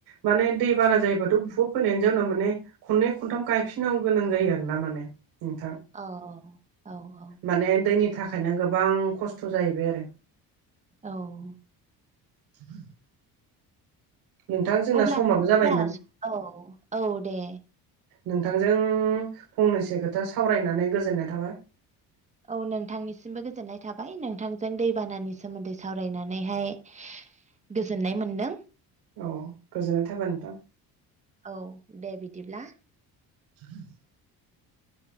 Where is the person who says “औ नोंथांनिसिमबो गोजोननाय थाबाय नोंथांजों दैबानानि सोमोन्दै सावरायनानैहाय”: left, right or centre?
Right